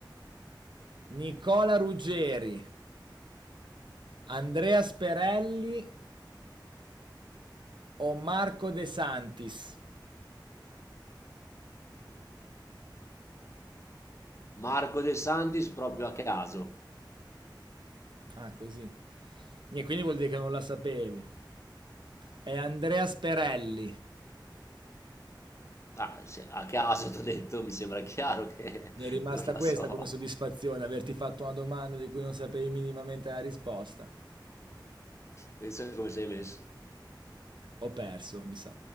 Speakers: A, on the right (about 75°); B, on the left (about 35°).
A: Nicola Ruggeri, Andrea Sperelli o Marco De Santis?
B: Marco De Santis proprio a caso.
A: Ah, così. Niente, quindi vuol dire che non la sapevi. È Andrea Sperelli.
B: Ah, se- a caso <laughs> ti ho detto, mi sembra chiaro che
A: Mi
B: <laughs>
A: è rimasta
B: non la
A: questa
B: so.
A: come soddisfazione, averti fatto una domanda di cui non sapevi minimamente la risposta.
B: Pensa come sei messo.
A: Ho perso, mi sa.